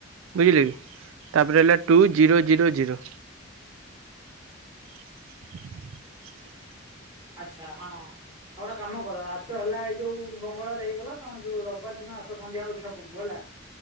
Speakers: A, on the right; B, on the right.
A: ବୁଝିଲେକି ତାପରେ ହେଲା ଟୁ ଜିରୋ ଜିରୋ ଜିରୋ। <inaudible>
B: ଆଛା ହଁ। ଆଉ ଗୋଟେ କାମ କର ଆଜ୍ ତ ହେଲା ଏଇ ଯୋଉ ବଙ୍ଗଳବାରେ ହେଇଗଲା ତମେ ଯୋଉ ରବିବାର ଦିନ ଆସ ସନ୍ଧ୍ୟାବେଳେ ଛକକୁ ହେଲା।